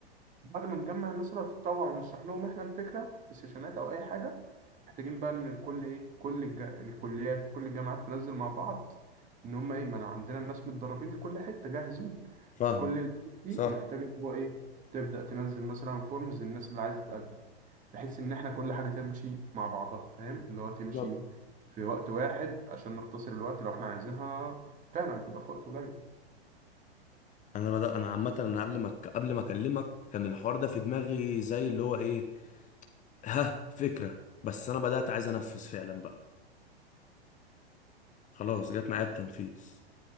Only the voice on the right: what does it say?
بعد ما نجمع الناس اللي هتتطوع ونشرح لهم احنا الفكره في سيشنات او اي حاجه محتاجين بقى ان الكل ايه كل الج... الكليات في كل الجامعات تنزل مع بعض ان هم ايه ما أنا عندنا الناس متدربين في كل حته جاهزين
كل ال- دي
محتاجه ان هو ايه تبدا تنزل مثلا فورمز للناس اللي عايزه تقدم بحيث ان احنا كل حاجه تمشي مع بعضها فاهم اللي هو تمشي
في وقت واحد عشان نختصر الوقت لو احنا عايزينها فعلا تبقى في وقت قليل